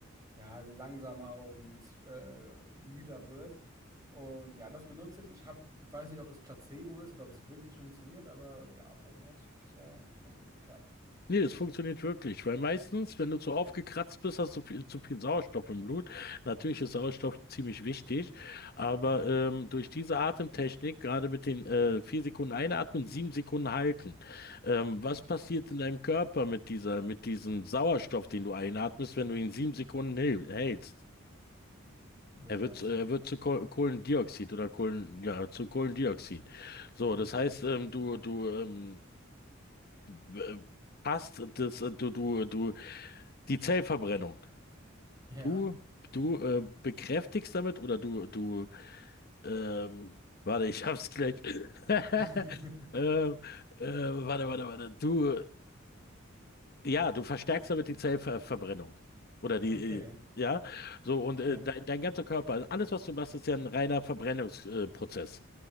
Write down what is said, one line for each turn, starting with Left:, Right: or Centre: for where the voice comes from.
Right: ja, langsamer und äh, müder wird. Und ja, das benutze ich. Ich hab, weiß nicht, ob das Placebo ist oder ob es wirklich funktioniert, aber ja, bei mir hat es bisher eigentlich ganz gut geklappt.
Left: Nee, das funktioniert wirklich, weil meistens, wenn du zu aufgekratzt bist, hast du viel, zu viel Sauerstoff im Blut. Natürlich ist Sauerstoff ziemlich wichtig, aber
Right: Mhm.
Left: ähm, durch diese Atemtechnik, gerade mit den äh, vier Sekunden einatmen, sieben Sekunden halten, ähm, was passiert in deinem Körper mit dieser, mit diesem Sauerstoff, den du einatmest, wenn du ihn sieben Sekunden häl- hältst?
Right: Ja,
Left: Er wird,
Right: so.
Left: äh, er wird zu Koh- Kohlendioxid oder Kohlen, ja, zu Kohlendioxid. So,
Right: Mhm.
Left: das heißt, ähm, du, du ähm, b- passt das, äh, du, du, du die Zellverbrennung.
Right: Ja.
Left: Du, du äh, bekräftigst damit oder du, du, ähm, warte, ich hab's gleich. <laughs>
Right: <laughs>
Left: ähm, äh, warte, warte, warte. Du, ja, du verstärkst damit die Zellverbrennung. Oder die,
Right: Okay.
Left: äh, ja, so und
Right: Ja.
Left: äh, dein, dein ganzer Körper, also alles, was du machst, ist ja ein reiner Verbrennungsprozess. Äh, Prozess.